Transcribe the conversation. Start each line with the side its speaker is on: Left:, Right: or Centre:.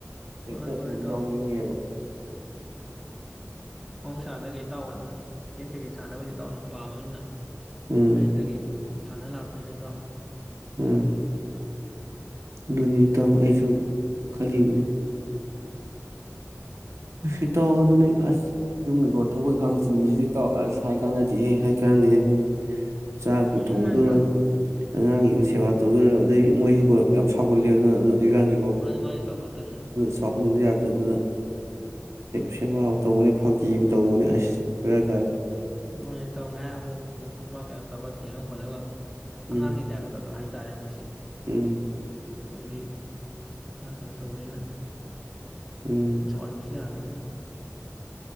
Right: ꯍꯦꯛꯇ
Centre: ꯃꯥꯅꯤ ꯃꯥꯅꯤ
Right: ꯑꯗꯨꯝ
Centre: ꯏꯇꯥꯎ
Right: ꯌꯥꯎꯅꯤꯡꯉꯦꯕ
Centre: ꯃꯍꯧꯁꯥꯗ ꯀꯩ ꯏꯇꯥꯎ ꯑꯗꯨꯝ ꯀ꯭ꯔꯤꯛꯀꯦꯠ ꯀꯩꯀꯩ ꯁꯥꯟꯅꯕꯁ ꯏꯇꯥꯎ ꯑꯗꯨꯝ ꯄꯥꯝꯃꯕꯅꯤꯅ
Right: ꯎꯝ
Centre: ꯊꯥꯏꯅꯗꯒꯤ ꯁꯥꯟꯅ ꯂꯥꯛꯄꯅꯤꯅꯗ
Right: ꯎꯝ ꯑꯗꯨꯅꯤ ꯏꯇꯥꯎ ꯑꯩꯁꯨ ꯈꯜꯂꯤꯕꯅꯤ ꯏꯇꯥꯎ ꯑꯗꯨꯅꯤ ꯑꯁ ꯌꯨꯝꯒꯤꯀꯣ ꯊꯕꯛ ꯏꯪꯈꯥꯡ ꯆꯤꯟꯕꯁꯤꯗ ꯏꯇꯥꯎ ꯑꯁ ꯍꯥꯏ ꯀꯥꯟꯅꯗꯦꯍꯦ ꯍꯥꯏ ꯀꯥꯟꯅꯗꯦ ꯍꯥꯏꯅꯤ ꯆꯥꯛꯄꯨ
Centre: ꯃꯥꯅꯤ
Right: ꯊꯣꯡꯗꯣꯏꯔ
Centre: ꯃꯥꯅꯤ ꯏꯇꯥꯎ
Right: ꯑꯉꯥꯡꯒꯤꯕꯨ ꯁꯦꯕꯥ ꯇꯧꯗꯨꯏꯔ ꯑꯗꯩ ꯃꯣꯏꯁꯤꯀꯣ ꯌꯥꯝ ꯁꯥꯎꯒꯠꯂꯦꯕ ꯑꯗꯨꯅ ꯑꯗꯣ ꯍꯧꯖꯤꯛꯀꯥꯟꯁꯤꯀꯣꯅ
Centre: ꯃꯥꯅꯤ ꯃꯥꯅꯤ ꯏꯇꯥꯎ ꯃꯇꯝꯅꯅꯤ
Right: ꯁꯥꯎꯍꯟꯕ ꯌꯥꯗꯦ ꯑꯗꯨꯅ ꯁꯦꯕꯥꯕꯨ ꯇꯧꯕꯅꯦ ꯐꯥꯒꯤꯕꯨ ꯇꯧꯕꯅꯦ ꯑꯁ ꯚꯦꯔꯥ ꯀꯥꯔꯦ
Centre: ꯃꯥꯅꯦ ꯏꯇꯥꯎ ꯉꯥꯏꯍꯥꯛ ꯑꯃꯨꯛ ꯅꯣꯛꯊꯣꯛꯄ ꯀꯩꯅꯣ ꯇꯧꯔꯒ ꯊꯦꯝꯃ ꯈꯣꯠꯂꯒ
Right: ꯎꯝ
Centre: ꯑꯉꯥꯡꯒꯤ ꯇꯥꯏꯞꯇ <unintelligible> ꯇꯥꯔꯦ ꯃꯣꯏꯁꯦ
Right: ꯎꯝ꯫
Centre: ꯃꯣꯏꯗꯤ ꯃꯁꯥ ꯀꯩꯅꯣ ꯇꯧꯕꯅꯤꯅ꯫
Right: ꯎꯝ
Centre: ꯁꯧꯍꯟꯕꯁꯨ ꯌꯥꯗꯕꯅꯤꯅ꯫